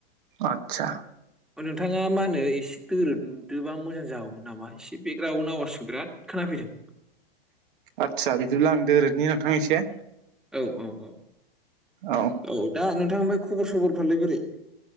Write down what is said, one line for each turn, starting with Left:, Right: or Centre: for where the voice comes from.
Right: आतसा
Centre: नोंथाङा मा होनो एसे दोरोदोबा मोजां जागौमोन नामा एसे बेकग्राअनाव बिराद आवास खोनाफैदों
Right: आदसा बिदिब्ला आं दोरोदनि नोंथां एसे
Centre: औ औ औ
Right: औ
Centre: औ दा नोंथां ओमफ्राय खबर सबरफ्रालाय बोरै